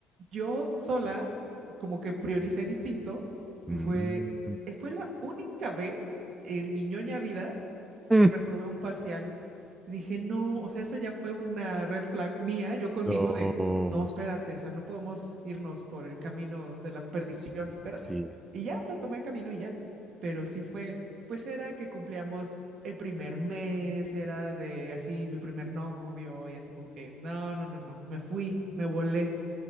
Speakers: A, on the right; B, on the right.
A: yo sola como que prioricé distinto
B: Mm.
A: y fue,
B: <laughs>
A: eh, fue la única vez en mi ñoña vida
B: Mm.
A: que reprobé un parcial. Y dije, no, o sea, eso ya fue una red flag mía, yo conmigo
B: No.
A: de, no, espérate, o sea, no podemos irnos por el camino de la perdición, espérate.
B: Sí,
A: Y ya retomé el camino y ya. Pero sí fue, pues era que cumplíamos el primer mes, era de así mi primer novio y así como que, no, no, no, no, me fui, me volé.